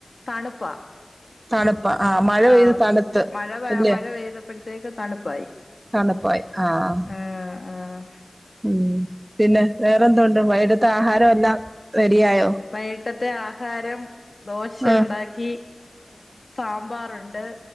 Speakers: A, on the left; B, on the right.
A: തണുപ്പാ
B: തണുപ്പ ആ മഴ
A: ആഹ്
B: പെയ്ത് തണുത്ത്
A: മഴ
B: ഇല്ലേ
A: മഴ പെയ്തപ്പോഴത്തേക്ക് തണുപ്പായി
B: തണുപ്പായി ആഹ്
A: ആഹ് ആഹ്
B: ഉം പിന്നെ വേറെന്ത ഉണ്ട് വൈടത്തെ ആഹാരം എല്ലാം റെഡിയായോ
A: വൈട്ടത്തെ ആഹാരം ദോശ
B: ആ
A: ഉണ്ടാക്കി സാമ്പാറുണ്ട്